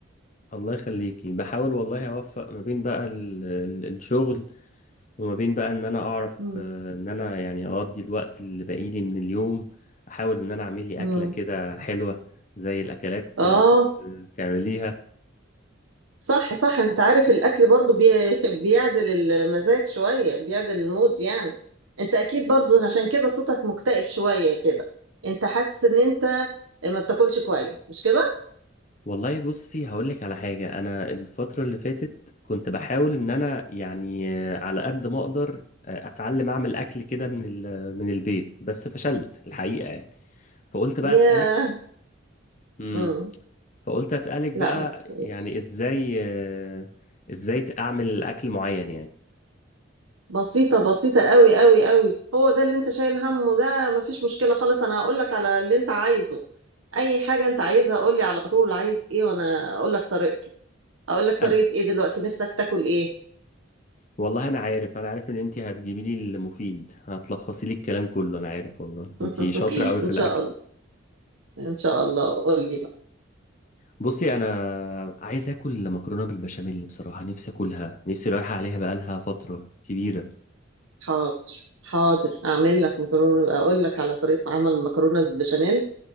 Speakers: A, on the left (about 40°); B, on the right (about 85°).
A: الله يخليكي بحاول والله اوفق ما بين بقى ال- ال- الشغل وما بين بقى ان انا اعرف
B: مم.
A: آه، ان انا يعني اقضي الوقت اللي باقيلي من اليوم احاول ان انا اعمل لي
B: مم.
A: اكلة كده حلوة زي الاكلات
B: اه
A: اللي كنت بتعمليها
B: صح صح انت عارف الاكل برضو بي... <laughs> بيعدل المزاج شوية بيعدل المود يعني انت اكيد برضو عشان كده صوتك مكتئب شوية كده انت حاسس ان انت ما بتاكلش كويس مش كده
A: والله بصي هقولك على حاجة أنا الفترة اللي فاتت كنت بحاول إن أنا يعني آه، على قد ما أقدر آه، أتعلم أعمل أكل كده من ال- من البيت بس فشلت الحقيقة يعني فقلت بقى
B: يا
A: أسألك امم
B: مم.
A: فقلت أسألك بقى
B: لا ما تقلقش.
A: يعني إزاي آه، إزاي أعمل أكل معين يعني
B: بسيطة بسيطة قوي قوي قوي هو ده اللي انت شايل همه ده مفيش مشكلة خالص انا هقول لك على اللي انت عايزه اي حاجة انت عايزها قول لي على طول عايز ايه وانا اقول لك طريقته اقول لك
A: أنا
B: طريقة ايه دلوقتي نفسك تاكل ايه
A: والله أنا عارف أنا عارف إن أنتي هتجيبي لي المفيد هتلخصي لي الكلام كله أنا عارف والله
B: <laughs>
A: أنتي شاطرة أوي في
B: ان
A: الأكل
B: شاء الله ان شاء الله قول لي بقى
A: بصي انا عايز اكل مكرونه بالبشاميل بصراحه نفسي اكلها نفسي رايحه عليها بقالها فتره كبيره
B: حاضر حاضر اعمل لك مكرونة اقول لك على طريقة عمل المكرونة بالبشاميل